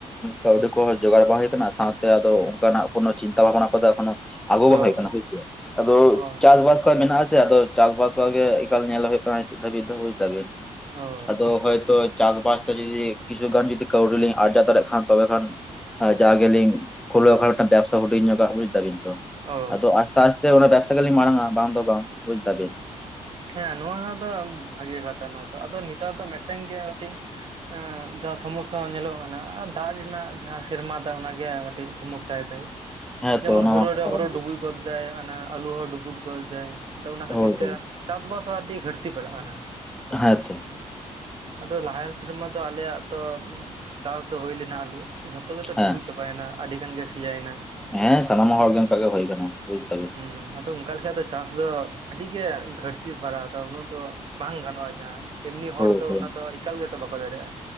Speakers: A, in the centre; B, on the right.
A: ᱠᱟᱹᱣᱰᱤ ᱠᱚᱸᱦᱚ ᱡᱚᱜᱟᱲ ᱵᱟᱝ ᱦᱩᱭ ᱠᱟᱱᱟ ᱥᱟᱶ ᱛᱮ ᱟᱫᱚ ᱚᱱᱠᱟᱱᱟᱜ ᱠᱚᱱᱚ ᱪᱤᱱᱛᱛᱟ ᱵᱷᱟᱵᱽᱱᱟ ᱠᱚᱫᱟ ᱮᱠᱷᱚᱱᱚ ᱟᱜᱩ ᱵᱟᱝ
B: ᱚ
A: ᱦᱩᱭ ᱠᱟᱱᱟ ᱦᱚᱭ ᱥᱮ ᱟᱫᱚ
B: ᱚ
A: ᱪᱟᱥ-ᱵᱟᱥ ᱠᱚ ᱢᱮᱱᱟᱜ-ᱟ ᱦᱳᱭ ᱥᱮ ᱟᱫᱚ ᱪᱟᱥ ᱵᱟᱥ ᱠᱚ ᱜᱮ ᱮᱠᱟᱞ ᱧᱮᱞ ᱦᱩᱭᱩᱜ ᱠᱟᱱᱟ ᱵᱩᱡᱽ ᱫᱟᱹᱵᱤᱡ
B: ᱚ
A: ᱟᱫᱚ ᱦᱚᱭᱛᱚ ᱪᱟᱥ-ᱵᱟᱥ ᱡᱩᱫᱤ ᱠᱤᱪᱷᱩ ᱜᱟᱱ ᱡᱩᱫᱤ ᱠᱤᱪᱷᱩ ᱜᱟᱱ ᱠᱟᱣᱰᱤ ᱞᱤᱧ ᱟᱨᱡᱟᱣ ᱫᱟᱲᱮᱭᱟᱜ ᱠᱷᱟᱱ ᱛᱚᱵᱮ ᱠᱷᱟᱱ ᱡᱟ ᱜᱮᱞᱤᱝ ᱠᱷᱳᱩᱞᱣ ᱠᱷᱟᱱ ᱵᱮᱵᱥᱟ ᱦᱩᱰᱤᱧ ᱧᱚᱜᱟᱜ ᱵᱩᱡᱽ ᱫᱟᱵᱤᱱ ᱛᱚ
B: ᱚ
A: ᱟᱫᱚ ᱥᱟᱥᱛᱮ ᱚᱱᱟ ᱵᱮᱵᱽᱥᱟ ᱜᱮᱞᱤᱧ ᱢᱟᱲᱟᱝᱟ ᱵᱟᱝ ᱫᱚ ᱵᱟᱝ ᱵᱩᱡ ᱫᱟᱹᱵᱤᱱ
B: ᱦᱮᱸ ᱱᱚᱣᱟ ᱫᱚ ᱵᱷᱟᱜᱮ ᱠᱟᱛᱷᱟ ᱱᱚᱣᱟ ᱫᱚ ᱟᱫᱚ ᱱᱮᱛᱟᱨ ᱫᱚ ᱢᱤᱫᱴᱮᱱ ᱜᱮ ᱟᱨ ᱠᱤ ᱮ ᱡᱟᱸᱦᱟ ᱥᱚᱢᱚᱥᱥᱟ ᱧᱮᱞᱚᱜ ᱠᱟᱱᱟ ᱫᱟᱜ ᱨᱮᱱᱟᱜ ᱡᱟᱸᱦᱟ ᱥᱮᱨᱢᱟ ᱫᱟᱜ ᱚᱱᱟ ᱜᱮ ᱟᱨ ᱟᱰᱤ ᱥᱚᱢᱚᱥᱥᱟᱭ ᱫᱟᱭ
A: ᱦᱮᱸ
B: ᱡᱮᱢᱚᱱ
A: ᱛᱚ ᱚᱱᱟ
B: ᱦᱩᱲᱩ
A: ᱢᱟ ᱠᱟᱛᱷᱟ
B: ᱨᱮ ᱦᱩᱲᱩ
A: ᱠᱟᱱ ᱜᱮ
B: ᱰᱩᱵᱩᱭ ᱜᱚᱫᱟᱭ ᱚᱱᱟ ᱟᱞᱩ ᱦᱚᱸ ᱰᱩᱵᱩᱫ ᱜᱚᱫ ᱫᱟᱭ ᱟᱫᱚ ᱚᱱᱟ ᱠᱷᱟᱹᱛᱤᱨ
A: ᱦᱳᱭ ᱦᱳᱭ
B: ᱛᱮ ᱪᱟᱥ-ᱵᱟᱥ ᱦᱚᱸ ᱟᱹᱰᱤ ᱜᱷᱴᱛᱤ ᱯᱟᱲᱟᱜᱼᱟ ᱠᱟᱱᱟ᱾
A: ᱦᱮᱸᱛᱚ᱾
B: ᱟᱫᱚ ᱞᱟᱦᱟᱱ ᱥᱮᱨᱢᱟ ᱫᱚ ᱟᱞᱮᱭᱟᱜ ᱫᱚ ᱪᱟᱥ ᱫᱚ ᱦᱩᱭ ᱞᱮᱱᱟ ᱟᱹᱞᱩ ᱡᱷᱚᱛᱚ ᱜᱮᱛᱚ
A: ᱦᱮᱸ
B: ᱰᱩᱵᱩᱡ ᱪᱟᱵᱟᱭᱮᱱᱟ ᱟᱹᱰᱤ ᱜᱟᱱ ᱜᱮ ᱥᱮᱭᱟᱭᱱᱟ᱾
A: ᱦᱮᱸ ᱥᱟᱱᱟᱢ ᱦᱚᱲ ᱜᱮ ᱚᱱᱠᱟ ᱜᱮ ᱦᱩᱭ ᱠᱟᱱᱟ ᱵᱩᱡ ᱫᱟᱹᱵᱤᱱ᱾
B: ᱦᱩᱸ ᱟᱫᱚ ᱚᱝᱠᱟ ᱞᱮᱠᱷᱟ ᱫᱚ ᱪᱟᱥ ᱫᱚ ᱟᱹᱰᱤ ᱜᱮ ᱜᱷᱟᱹᱲᱛᱤ ᱯᱟᱲᱟᱜᱼᱟ ᱩᱱᱟᱹᱜ ᱫᱚ ᱵᱟᱝ ᱜᱟᱱᱚᱜᱼᱟ ᱡᱟᱦᱟᱸ ᱮᱢᱱᱤ
A: ᱦᱳᱭ
B: ᱦᱚᱲ ᱫᱚ
A: ᱦᱳᱭ᱾
B: ᱚᱱᱟ ᱫᱚ ᱮᱠᱟᱞ ᱜᱮᱛᱚ ᱵᱟᱠᱚ ᱫᱟᱲᱮᱭᱟᱜᱼᱟ᱾